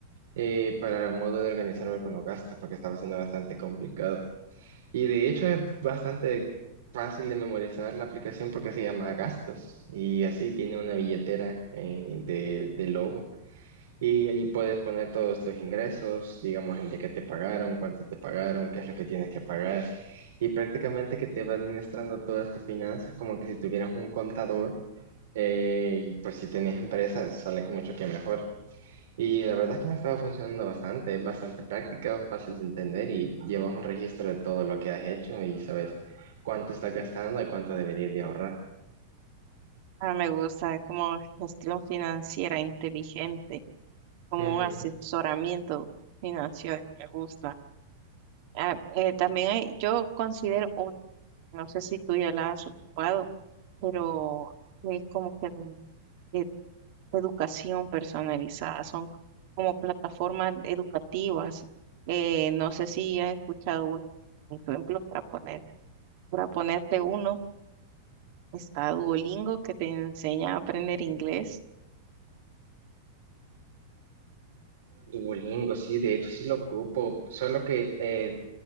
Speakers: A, on the right; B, on the right.
A: eh, para el modo de organizarme con los gastos porque estaba siendo bastante complicado. Y de hecho es bastante fácil de memorizar la aplicación porque se llama Gastos y así tiene una billetera eh, de, de logo y allí puedes poner todos tus ingresos, digamos, el de que te pagaron, cuánto te pagaron, qué es lo que tienes que pagar. Y prácticamente que te va administrando todas tus finanzas como que si tuvieras un contador. eh, y pues si tenés empresas, sale mucho que mejor. Y la verdad es que me estaba funcionando bastante, es bastante práctica, fácil de entender y llevas un registro de todo lo que has hecho y sabes cuánto estás gastando y cuánto deberías de ahorrar.
B: Ah, me gusta, es como gestión financiera inteligente, como
A: Ujú.
B: un asesoramiento financiero, me gusta. Ah, eh, también hay- yo considero, otra, no sé si tú ya la has ocupado, pero es como que mm, eh, educación personalizada, son como plataformas educativas. Eh, no sé si has escuchado uno, por ejemplo, para poner, para ponerte uno, está Duolingo que te enseña a aprender inglés.
A: Duolingo, sí, de hecho sí lo ocupo, solo que eh,